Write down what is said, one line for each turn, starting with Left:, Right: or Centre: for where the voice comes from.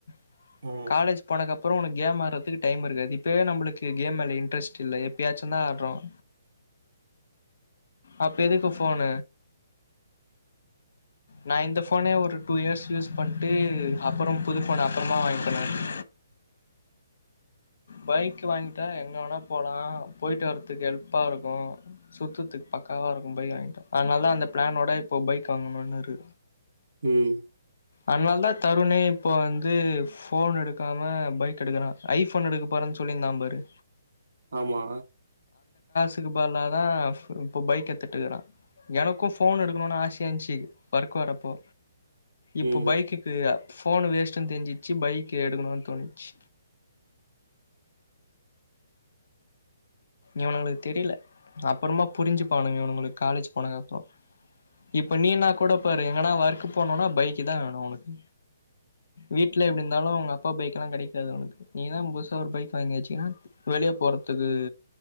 Left: <inaudible>
Right: ம்
Left: காலேஜ் போனாக்கப் அப்புறம் உனக்கு கேம் ஆடுறதுக்கு டைம் இருக்காது இப்பவே நம்மளுக்கு கேம் மேல இன்ட்ரெஸ்ட் இல்லை எப்பயாச்சும் தான் ஆடுறோம் அப்பறம் எதுக்குபோனு நான் இந்த போனேஒரு டூ இயர்ஸ் யூஸ் பண்ணிட்டு அப்புறம் புது போன் அப்புறமா வாங்கலானுட்டு பைக் வாங்கிட்டா எங்க வேணா போலாம் போயிட்டு வரதுக்கு ஹெல்ப்பா இருக்கும் சுத்ததுக்கு பக்காவா இருக்கும் பைக் வாங்கிட்டா அதனால தான் அந்த பிளானோட இப்போ பைக் வாங்கணும் நாறு
Right: உம்
Left: அதனால தான் தருணே இப்ப வந்து போன் எடுக்காம பைக் எடுக்கறான் ஐபோன் எடுக்க போறேன்னு சொல்லியிருந்தா பாரு
Right: ஆமா
Left: பதுலா தா இப்ப பைக் எடுத்து இருக்கிறான் எனக்கும் போன் எடுக்கணும்னு ஆசைய இருந்துச்சு ஒர்க் வரப்போ இப்போ
Right: ம்
Left: பைக்குக்கு ஃபோன் வேஸ்ட்டுன்னு தெரிஞ்சிச்சி பைக் எடுக்கணுன் தோணிர்ச்சி இவனுங்களுக்கு தெரில அப்பறமா புரிஞ்சுபானுங்க இவனுங்களு காலேஜ் போனகப்றோ இப்ப நீன்னா கூட பாரு எங்கனா ஒர்க்கு போனுன்னா பைக்கு தா வேணு உனக்கு வீட்ல எப்டி இந்தாலு உங்க அப்பா பைக்லா கெடைக்காது ஒனக்கு நீதா புதுசா ஒரு பைக் வாங்கி வச்சிகினா வெளிய போறதுக்கு